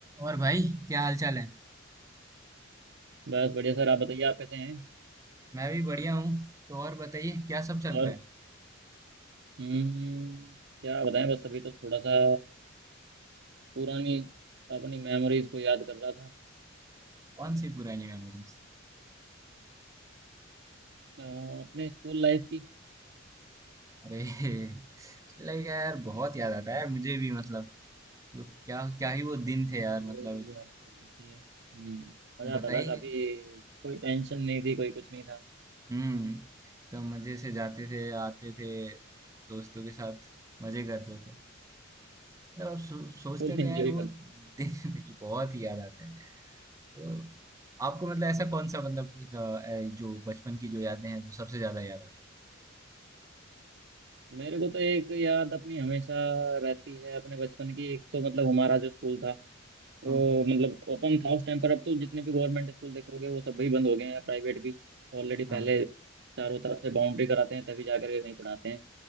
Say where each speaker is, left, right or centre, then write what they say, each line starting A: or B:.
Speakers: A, on the right; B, on the right.
A: और भाई क्या हाल चाल है
B: बस बढ़िया सर आप बताइए आप कैसे हैं
A: मैं भी बढ़िया हूँ तो और बताइए क्या सब चल
B: और
A: रहा है
B: हम्म, क्या बताएं बस अभी तो थोड़ा सा पुरानी अपनी मेमोरीज को याद कर रहा था
A: कौन सी पुरानी मेमोरीज
B: अ, अपने स्कूल लाइफ की
A: अरे <laughs> उसके लगे क्या यार बहुत याद आता है यार मुझे भी मतलब जो- क्या क्या ही वो दिन थे
B: बस
A: यार
B: वही
A: मतलब
B: याद कर रहा था हम्म मजा
A: बताइए
B: आता था काफी कोई टेंशन नहीं थी कोई कुछ नहीं था
A: हम्म तो मजे से जाते थे आते थे दोस्तों के साथ मजे करते थे मतलब अब सो, सोचते
B: फुल एंजॉय
A: थे यार वो
B: करते
A: दिन <laughs> ये बहुत ही याद आते हैं तो आपको मतलब ऐसा कौन सा मतलब एक, अ, जो बचपन की जो यादें हैं जो सबसे ज्यादा याद आती
B: मेरे को तो एक याद अपनी हमेशा रहती है अपने बचपन की एक तो मतलब हमारा जो स्कूल था वो
A: है हाँ
B: मतलब ओपन था उस टाइम पर अब तो जितने भी गवर्नमेंट स्कूल देखोगे वो सब भी बंद हो गए हैं या प्राइवेट भी ऑलरेडी
A: हाँ
B: पहले चारों तरफ से बाउंड्री कराते हैं तभी जाकर के नहीं पढ़ाते हैं